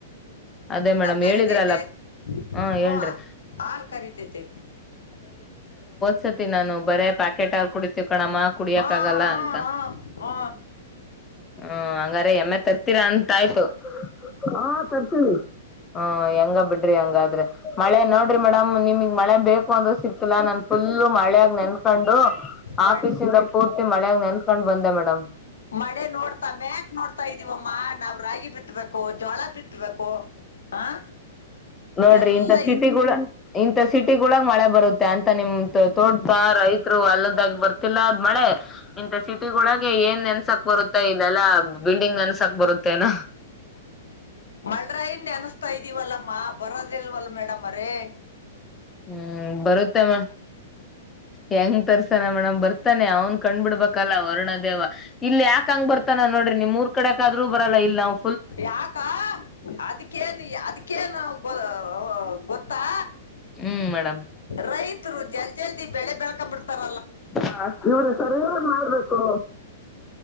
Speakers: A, on the left (about 20°); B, on the left (about 75°).
A: ಅದೇ ಮೇಡಮ್.
B: ಕರೀತೈತೆ
A: ಹೇಳಿದ್ರಲ್ಲ ಹ್ಮ
B: ಹು
A: ಹೇಳ್ರಿ
B: ಹಾಲ. ತೆ.
A: ಸತಿ ನಾನು. ಬರೇ ಪ್ಯಾಕೆಟ್ ಹಾಲ್ ಕುಡಿತೀವಿ ಕಣಮ್ಮ ಕುಡಿಯಕ್
B: ಹಾ
A: ಆಗಲ್ಲ ಅಂತ.
B: ಹಾ ಹಾ
A: ಹ್ಮ್ ಹಂಗ. ಎಮ್ಮೆ ತರ್ತೀರಾ ಅಂತ ಆಯ್ತು ಹ ತರ್ತೀವಿ. ಹ್ಮ ಹೆಂಗ ಬಿಡ್ರಿ ಹಂಗಾದ್ರೆ ಮಳೆ ನೋಡ್ರಿ ಮೇಡಮ್ ನಿಮಗ್ ಮಳೆ ಬೇಕ. ಒಂದು. ಸಿಗ್ತಿಲ್ಲ ನನ್ ಫುಲ್ಲು ಮಳೆಯಾಗ ನೆನ್ಕೊಂಡು
B: ಮಳ್-
A: ಆಫೀಸ್ ಇಂದ ಪೂರ್ತಿ ಮಳೆ. ನೆನ್ತ್ಕೊಂಡ ಬಂದ ಮೇಡಮ್.
B: ಮಳೆ ನೋಡ್ತಾ ಮ್ಯಾಕ್ ನೋಡ್ತಾ ಇದೀವಮ್ಮ ನಾವ್ ರಾಗಿ ಬಿತ್ಬೇಕು ಜೋಳ ಬಿತ್ಬೇಕು ಹ
A: ನೋಡ್ರಿ
B: ಎಲ್ಲಾ
A: ಇಂತ ಸಿಟಿಗಳ
B: ಇನ್.
A: ಇಂತ ಸಿಟಿಗೊಳಗ್. ಮಳೆ ಬರುತ್ತೆ ಅಂತ ನಿಮ ತೋಟದ ರೈತರು ಹೊಲದಾಗ ಬರ್ತಿಲ್ಲ ಅದ್ ಮಳೆ. ಇಂಥ ಸಿಟಿ ಒಳಗೆ ಏನ್ ನೆನ್ಸಾಕ್ ಬರುತ್ತೆ ಇಲ್ಲಲ್ಲಾ ಬಿಲ್ಡಿಂಗ್ ನೆನ್ಸಾಕ್ ಬರುತ್ತೇನ.
B: ಮಲ್ಡ್ರಯನ ನೆನಸ್ತಾ ಇದೀವಲ್ಲಮ್ಮ ಬರೋದಿಲ್ವಲ್ ಮೇಡಂ ಅವರೇ.
A: ಹ್ಮ್ ಬರುತ್ತಮ್ಮ ಹೆಂಗ ತರ್ಸ. ಮೇಡಮ್ ಬರ್ತಾನೆ ಅವ್ನ್ ಕಣ್ಣ ಬಿಡ್ಬೇಕಲ್ಲ ವರಣದೇವ ಇಲ್ಲಿ ಯಾಕಂಗ ಬರ್ತಾನ ನೋಡ್ರಿ ನಿಮ್ ಊರು ಕಡೆಕ್ ಆದ್ರೂ ಬರಲ್ಲ ಇಲ್ಲ ನಾವು.
B: ಯಾಕಾ ಅದಕ್ಕೇನ್ ಅದಕ್ಕೇನ್ ಗೋ ಅ. ಗೊತ್ತಾ.
A: ಹ್ಮ್ ಮೇಡಮ್.
B: ರೈತರು. ಜಲ್ದ ಜಲ್ದಿಳ ಬೆಳೆ ಬೆಳ್ಕೊಂಡ್ ಬಿಡ್ತಾರ.
A: ಹಾ ಇವರಿಗೆ ಸರಿಯಾಗಿ ಮಾಡ್ಬೇಕು